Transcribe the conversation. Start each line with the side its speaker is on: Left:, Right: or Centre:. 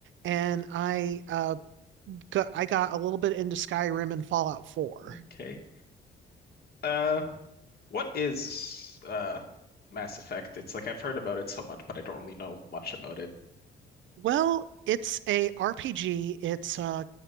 Right: and I uh, got, I got a little bit into Skyrim and Fallout 4.
Left: Okay. Uh, what is uh Mass Effect? It's like I've heard about it so much, but I don't really know much about it.
Right: Well, it's a RPG. It's uh,